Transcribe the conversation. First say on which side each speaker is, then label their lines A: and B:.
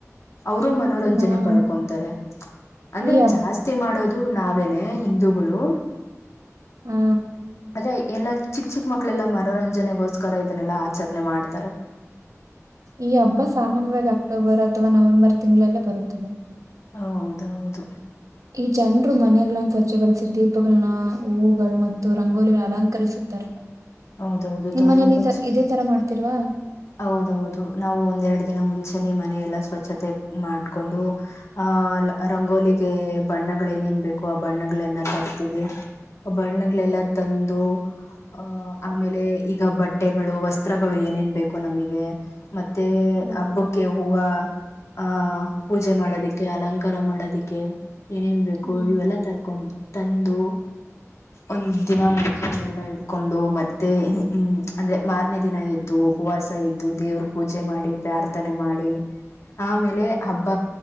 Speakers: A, on the left; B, on the right.
A: ಅವರು
B: ಹ್ಮ್
A: ಮನೋರಂಜನೆ ಪಡ್ಕೊತಾರೆ ಅಂದ್ರೆ
B: ಈ ಹಬ್ಬ
A: ಜಾಸ್ತಿ ವೃಿ ಮಾಡೋದು ನಾವೇನೆ ಹಿಂದೂಗಳು
B: ಆ
A: ಅದೇ ಎಲ್ಲ ಚಿಕ್ಕ ಚಿಕ್ಕ ಮಕ್ಕಳೆ ಎಲ್ಲ ಮಾಡಾರ ಮುಂಜನೆಗೋಸ್ಕರ ಇದನ್ನಲ್ಲಾ ಆಚರಣೆ ಮಾಡ್ತಾರೆ
B: ಈ ಹಬ್ಬ ಸಾಮಾನ್ಯವಾಗಿ ಅಕ್ಟೋಬರ್ ಅಥವಾ ನವೆಂಬರ್ ತಿಂಗಳೆಲ್ಲ ಬರುತ್ತದೆ
A: ಹೌದೌದು
B: ಈ ಜನರು ಮನೆನ್ನ ಸ್ವಚ್ಗಳು ಸಿದ ದೀಪಗಳನ್ನ ಹೂವುಗಳು ಮತ್ತು ರಂಗೋಲಿಗಳನ್ನು ಅಲಂಕರಿಸುತ್ತಾರೆ
A: ಹೌದೌದು
B: ನಿಮ
A: ತುಂಬಾ
B: ಮನೇಲಿ ಇತರ ಇದೇ ತರ ಮಾಡ್ತಿರ್ವಾ
A: ಹೌದೌದು ನಾವು ಒಂದೆರಡ್ ದಿನ ಮುಂಚೆನೆ ಮನೆಯೆಲ್ಲಾ ಸ್ವಚ್ಛತೆ ಮಾಡ್ಕೊಂಡು ಆಹ ರಂಗೋಲಿಗೆ ಬಣ್ಣಗಳ ಏನೇನ್ ಬೇಕು ಆ ಬಣ್ಣಗಳೆನ್ನ ತರ್ತೀವಿ ಬಣ್ಣಗಳೆಲ್ಲಾ ತಂದು ಆಹ ಆಮೇಲೆ ಈಗ ಬಟ್ಟೆಗಳು ವಸ್ತ್ರಗಳು ಏನೇನ್ ಬೇಕು ನಮ ಮತ್ತೆ
B: ಹ್ಮ್
A: ಹಬ್ಬಕ್ಕೆ ಹೂ ಆ ಪೂಜೆ ಮಾಡೋದಿಕ್ಕೆ <inaudible> ಅಲಂಕಾರ ಮಾಡೋದಿಕ್ಕೆ ಏನೇನ್ ಬೇಕು
B: ಹ್ಮ್
A: ಇವೆಲ್ಲಾ ತರ್ಕೊಂಡ ತಂದು ಒಂದ್ ದಿನ ಮುಂಚಾನೆಯ ಎಲ್ಲ ಇಡ್ಕೊಂಡು ಮತ್ತೆ ಹ್ಮ ಅಂದ್ರೆ ಮಾರನೆ ದಿನ ಎದ್ದು ಹೋಗಿ ಉಪವಾಸ ಇದ್ದು ದೇವರು ಪೂಜೆ ಮಾಡಿ ಪ್ರಾರ್ಥನೆ ಮಾಡಿ ಆಮೇಲೆ ಹಬ್ಬ